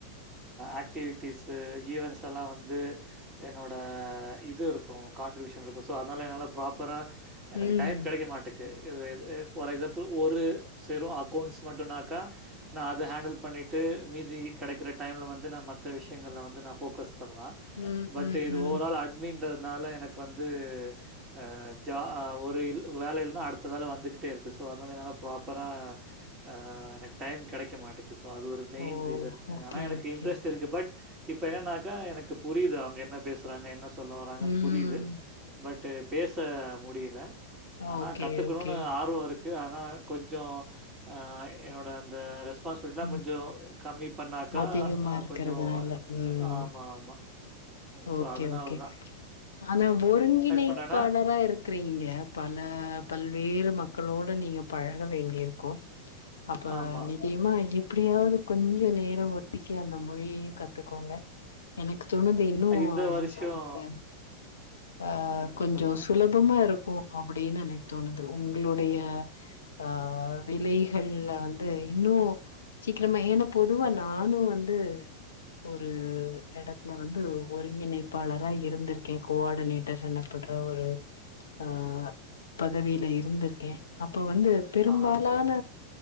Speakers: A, on the right; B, on the left.
A: ஆக்டிவிட்டிஸு ஈவென்ட்ஸ் எல்லா வந்து என்னோட இது இருக்கோ கான்ட்ரிபியூஷன் இருக்கோ ஸோ அத்னால என்னால ப்ராப்பரா எனக்கு
B: ம்.
A: டைம் கெடைக்க மாட்டிக் இது எது ஃபார் எக்சாம்புள் ஒரு செறும் அக்கோன்ஸ் மட்டுனாக்கா நா அத ஹாண்டல் பண்ணிட்டு மீதி கெடைக்கிற டைம்ல வந்து நா மத்த விஷயங்கல்ல வந்து நா ஃபோக்கஸ் பண்ணலா
B: ம்,
A: பட்
B: ம்,
A: இது
B: ம்.
A: ஓவரால் அட் ன்றதுனால எனக்கு வந்து அஹ் ஜா ஒரு இல் வேலயில்லனா அடுத்த வேல வந்துகிட்டே இருக்கு சோ அதனால என்ன ப்ராப்பரா அஹ் எனக்கு டைம் கெடைக்க மாட்டுக் சோ அது ஒரு மெயின்
B: ஓ!
A: ரீசன்
B: ஓகே,
A: ஆனா எனக்கு
B: ஓகே,
A: இன்ட்ரெஸ்ட்
B: ஓகே.
A: இருக்கு பட் இப்ப என்னன்னாக்கா எனக்கு புரிது அவுங்க என்ன பேசறாங்க என்ன சொல்ல வராங்கன்னு
B: ம்.
A: புரிது பட் பேச முடில ஆனா
B: ஓகே,
A: கத்துக்கணும்னு
B: ஓகே.
A: ஆர்வோ இருக்கு க்கு ஆனா கொஞ்சோ அஹ் என்னோட அந்த ரெஸ் ஸ்பான்ஸ்பிட்லா
B: ம்.
A: கொஞ்சோ கம்மி பண்ணாக்கா
B: அதிகமா இருக்கிறதுனால.
A: கொஞ்சோ
B: ம்.
A: ஆமா ஆமா சோ
B: ஓகே,
A: அதுனால்
B: ஓகே. ஆனா ஒருங்கிணைப்பாளரா
A: பண்றேன்னா
B: இருக்கிறீங்க பல பல்வேறு மக்களோட நீங்க பழக வேண்டியிருக்கோ அப்ப
A: ஆமா.
B: நிட்டேமா இப் எப்டியாவது கொஞ்சோ நேரோ ஒதுக்கி அந்த மொழியையு கத்துக்கோங்க எனக்கு னு
A: இந்த வருஷம்
B: என்ன சொல்றது ஆஹ்
A: ம்.
B: கொஞ்சௌ
A: சொல்லுங்க.
B: சுலபமா இருக்கோ அப்டின்னு எனக்கு தோணுது உங்களுடைய ஆஹ் வேலைகள்ல வந்து இன்னு சீக்கிரமா ஏன்னா பொதுவா நானு வந்து ஒரு எடத்துல வந்து ஒருங்கிணைப்பாளரா இருந்திருக்கே கோஆடினேட்டர் என்ன பட்ற ஒரு ஆஹ பதவியில இருந்திருக்கே அப்போ வந்து பெரும்பாலான
A: ஆஹா.